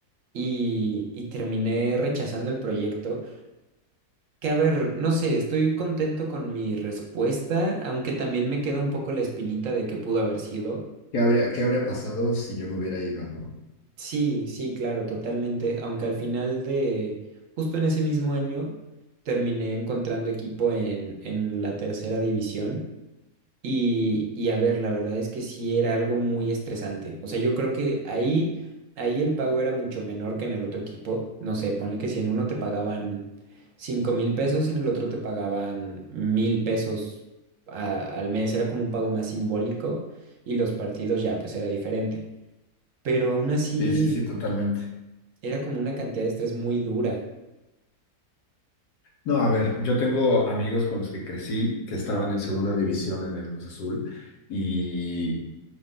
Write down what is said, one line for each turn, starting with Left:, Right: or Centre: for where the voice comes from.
Right: y, y terminé rechazando el proyecto, que a ver, no sé, estoy contento con mi respuesta, aunque también me queda un poco la espinita de que pudo haber sido.
Left: ¿Qué habría, qué habría pasado si yo me hubiera ido, no?
Right: Sí, sí, claro, totalmente, aunque al final de, justo en ese mismo año, terminé encontrando equipo en, en la tercera división. Y, y a ver, la verdad es que sí era algo muy estresante. O sea, yo creo que ahí, ahí el pago era mucho menor que en el otro equipo. No sé, ponle que si en uno te pagaban cinco mil pesos, en el otro te pagaban mil pesos a- al mes. Era como un pago más simbólico y los partidos ya, pues era diferente. Pero aún así
Left: Sí, sí, sí, totalmente.
Right: era como una cantidad de estrés muy dura.
Left: No, a ver, yo tengo amigos con los que crecí que estaban en segunda división en el Cruz Azul y